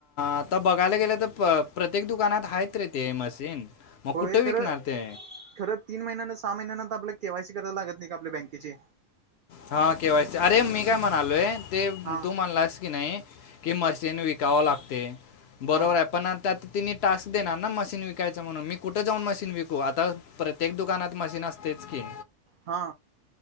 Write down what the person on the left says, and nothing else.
आता बघायला गेलं तर प्रत्येक दुकानात आहेत. आहेत रे ते मशीन मग
कुठे
विकणार ते?
हा केवा्हायसी, अरे मी काय म्हणालोय ते
तू म्हणलास की नाही कि मशीन विकावा लागते,
बरोबर आहे पण त्यात तिने टास्क देणार ना मशीन विकायचं म्हणून मी कुठं जाऊन मशीन विकू, आता पर प्रत्येक दुकानात मशीन असतेच की,